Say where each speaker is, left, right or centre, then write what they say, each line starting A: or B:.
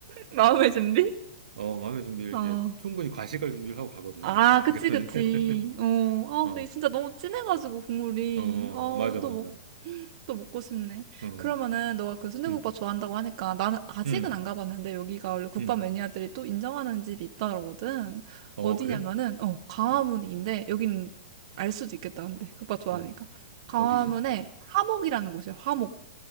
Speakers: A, on the right (about 50°); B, on the right (about 75°).
A: <laughs> 마음의 준비?
B: 어, 마음의 준비를
A: 어.
B: 이제 충분히 과식할 준비를 하고 가거든,
A: 아,
B: 나는 거기
A: 그치,
B: 가면은.
A: 그치.
B: <laughs>
A: 어. 아,
B: 어,
A: 근데 진짜 너무 진해가지고, 국물이.
B: 어, 어,
A: 아,
B: 맞아,
A: 또
B: 맞아.
A: 먹고. 또 먹고 싶네.
B: 응,
A: 그러면은 너가 그 순대국밥
B: 응,
A: 좋아한다고 하니까 나는 아직은
B: 응,
A: 안 가봤는데 여기가 원래 국밥
B: 응.
A: 매니아들이 또 인정하는 집이 있다거든.
B: 어,
A: 어디냐면은
B: 그래?
A: 어 광화문인데
B: 응,
A: 여긴 알 수도 있겠다 근데 국밥 좋아하니까
B: 어,
A: 광화문에
B: 어디지?
A: 화목이라는 곳이야. 화목.